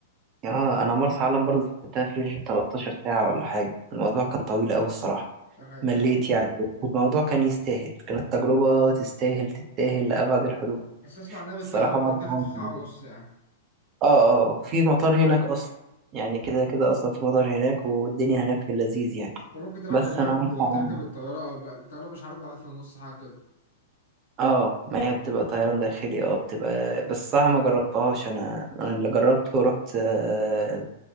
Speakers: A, on the right; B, on the left.
A: اه انا مرسى علم برضه سافرتها في رينج 13 ساعه ولا حاجه الموضوع كان طويل قوي الصراحه
B: ده حقيقة
A: مليت يعني الموضوع كان يستاهل كانت تجربه تستاهل تستاهل لابعد الحدود
B: بس اسمع انها بالطيارة
A: الصراحه مرسى
B: بتتاخد في ساعة
A: علم
B: ونص يعني
A: اه اه في مطار هناك اصلا يعني كده كده اصلا في مطار هناك والدنيا هناك في اللذيذ يعني
B: انت ممكن تريح
A: بس
B: دماغك
A: انا مرسى
B: وتركب
A: علم
B: الطيارة بقى الطيارة مش عارف بقى 1000 ونص حاجة كده
A: اه ما هي بتبقى طيران داخلي اه بتبقى بس صح ما جربتهاش انا انا اللي جربته رحت آه،